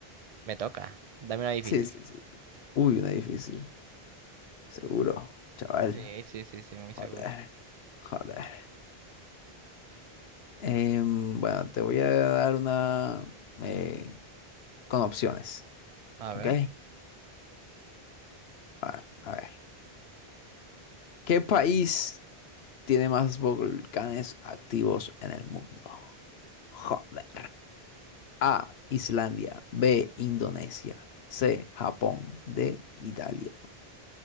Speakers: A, on the right (about 50°); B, on the left (about 80°).
A: me toca. Dame una difícil.
B: Sí, sí, sí. Uy, una difícil. Seguro, chaval.
A: Sí, sí, sí, sí, muy
B: Joder,
A: seguro.
B: joder. Em, bueno, te voy a dar una eh, con opciones,
A: A
B: ¿ok?
A: ver.
B: A a ver. ¿Qué país? tiene más volcanes activos en el mundo? Joder. A. Islandia. B. Indonesia. C. Japón. D. Italia.